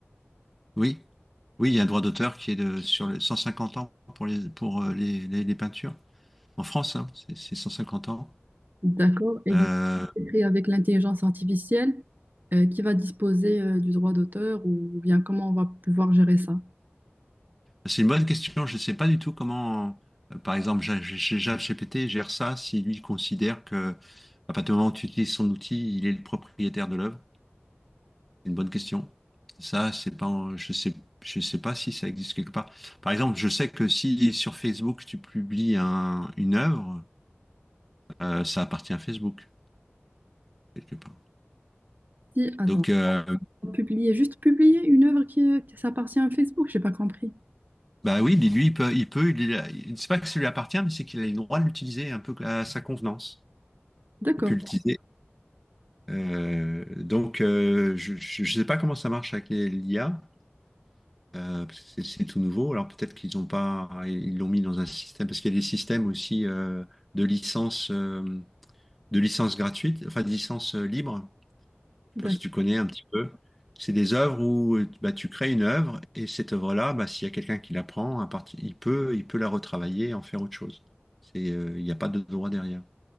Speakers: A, in the centre; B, on the right.
A: oui, oui, il y a un droit d'auteur qui est de, sur les 150 ans pour les, pour euh, les, les- les peintures. En France, hein, c'est c'est 150 ans.
B: D'accord? Et
A: Euh,
B: du coup, c'est écrit avec l'intelligence artificielle, euh, qui va disposer, euh, du droit d'auteur ou bien comment on va pouvoir gérer ça?
A: C'est une bonne question. Je ne sais pas du tout comment, euh, par exemple, Ja- Ja- Ja- ChatGPT gère ça si lui considère que à partir du moment où tu utilises son outil, il est le propriétaire de l'œuvre. C'est une bonne question. Ça, c'est pas, en- je sais, je sais pas si ça existe quelque part. Par exemple, je sais que si sur Facebook tu publies un- une œuvre, euh, ça appartient à Facebook quelque part.
B: Si, attends,
A: Donc, euh,
B: publier, juste publier une œuvre qui, euh, qui s'appartient à Facebook, j'ai pas compris.
A: bah oui, lui, il peut, il peut, il, il- c'est pas que ça lui appartient, mais c'est qu'il a le droit de l'utiliser un peu à sa convenance.
B: D'accord,
A: Il peut l'utiliser Euh, donc, euh, je ne sais pas comment ça marche avec les- l'IA, euh, parce que c'est c'est tout nouveau. Alors peut-être qu'ils ont pas, ils l'ont mis dans un système, parce qu'il y a des systèmes aussi euh, de licence, euh, de licence gratuite, enfin de licence euh, libre.
B: d'accord.
A: Je sais pas si tu connais un petit peu. C'est des œuvres où euh, bah, tu crées une œuvre et cette œuvre-là, bah, s'il y a quelqu'un qui la prend, à partir, il peut, il peut la retravailler et en faire autre chose. C'est, euh, il n'y a pas de droit derrière.